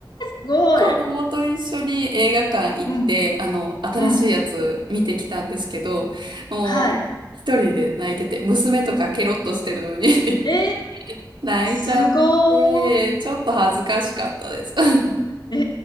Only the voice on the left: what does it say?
すごい。
うん、
うん。
はい。
えー、
すごい。
え